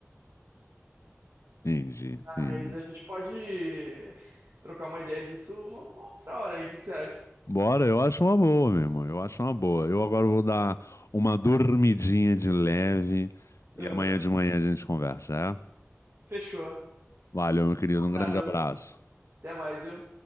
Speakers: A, on the left (about 70°); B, on the right (about 55°).
A: Entendi, entendi.
B: Mas a gente pode <laughs> trocar uma ideia disso uma, uma outra hora aí, o que que você acha?
A: Bora, eu acho uma boa, meu irmão. Eu acho uma boa. Eu agora vou dar uma dormidinha de leve e
B: Aham,
A: amanhã de manhã a gente conversa, é?
B: Fechou.
A: Valeu, meu querido.
B: Combinado.
A: Um grande abraço.
B: Até mais, viu?